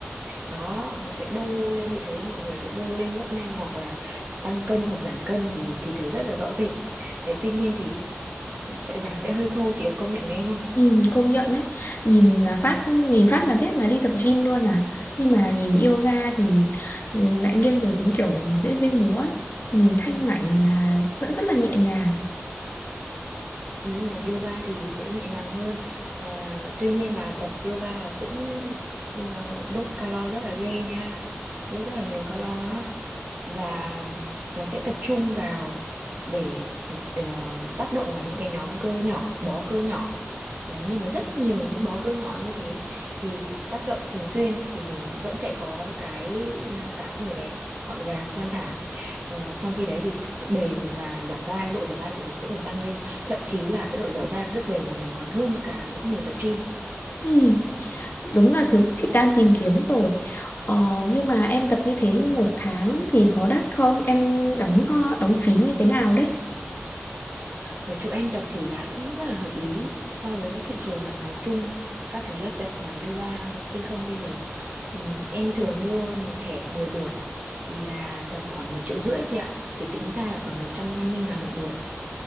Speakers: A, on the right; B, on the left.
A: đó nó sẽ đô lên chị thấy mọi người sẽ đô lên rất nhanh hoặc là tăng cân hoặc giảm cân thì thì thấy rất là rõ rệt đấy tuy nhiên thì sẽ dáng sẽ hơi thô chị có công nhận với em không
B: ừ, công nhận đấy nhìn là phát nhìn phát là biết là đi tập gym luôn à nhưng mà nhìn yoga thì ừ, lại nghiêng về giống kiểu diễn viên múa ấy. nhìn thanh mảnh mà vẫn rất là nhẹ nhàng
A: đúng rồi yoga thì sẽ nhẹ nhàng hơn Ờ, tuy nhiên là tập yoga là cũng ờ, đốt calo rất là ghê nha đốt rất là nhiều calo đó và nó sẽ tập trung vào để, để ờ, tác động vào những cái nhóm cơ nhỏ, bó cơ nhỏ. Đấy, nhưng mà rất nhiều những bó cơ nhỏ như thế thì tác động thường xuyên thì mình vẫn sẽ có cái à, dáng người đẹp, gọn gàng, thon thả. À, trong khi đấy thì sức bền và dẻo dai, độ dẻo dai của mình cũng được tăng lên. Thậm chí là cái độ dẻo dai và sức bền của mình còn hơn cả những người tập gym.
B: ừ, đúng là thứ chị đang tìm kiếm rồi ờ, nhưng mà em tập như thế một tháng thì có đắt không em đóng ờ, đóng phí như thế nào đấy
A: ở chỗ em tập thì giá cũng rất là hợp lý so với thị trường mặt bằng chung các cái lớp tập mà yoga trên không bây giờ Ừm, em thường mua một thẻ 10 buổi là tầm khoảng một triệu rưỡi chị ạ thì tính ra là khoảng một trăm năm mươi ngàn một buổi